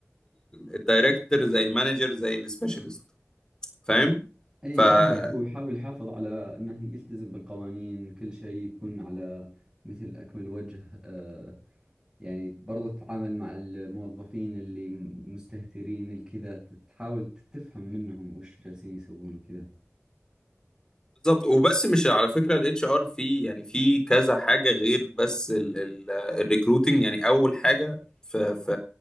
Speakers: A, on the left; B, on the right.
A: الدايركتور زي المانجر زي السبيشالست فاهم
B: أي
A: فبالظبط
B: فاهمك هو يحاول يحافظ على أنه يلتزم بالقوانين كل شيء يكون على مثل أكمل وجه آه يعني برضو تتعامل مع الموظفين اللي م- مستهترين الكذا تحاول تتفهم منهم وش جالسين يسوون وكذا
A: وبس مش على فكره الاتش ار في يعني في كذا حاجه غير بس الريكروتنج يعني اول حاجه ف ف